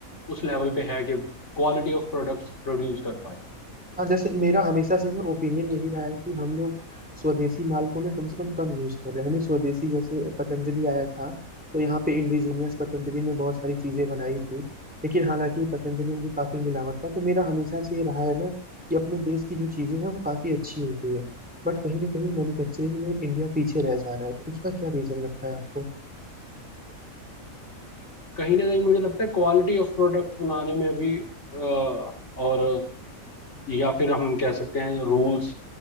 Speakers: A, on the left; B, in the centre.
A: उस लेवल पे है कि क्वालिटी ऑफ प्रोडक्ट्स प्रोड्यूस कर पाए
B: हाँ जैसे मेरा हमेशा से ना ओपिनियन यही रहा है कि हम लोग स्वदेशी माल को ना कम से कम कम यूज कर रहे हैं हमें स्वदेशी जैसे पतंजलि आया था तो यहाँ पे इंडिजीनियस पतंजलि ने बहुत सारी चीजें बनाई थी लेकिन हालांकि पतंजलि में भी काफी मिलावट था तो मेरा हमेशा से ये रहा है ना कि अपने देश की जो चीजें हैं वो काफी अच्छी होती है बट कहीं ना कहीं मैन्युफैक्चरिंग में इंडिया पीछे रह जा रहा है तो उसका क्या रीजन लगता है आपको
A: कहीं ना कहीं मुझे लगता है क्वालिटी ऑफ प्रोडक्ट्स बनाने में अभी अ, और या फिर हम कह सकते हैं रूल्स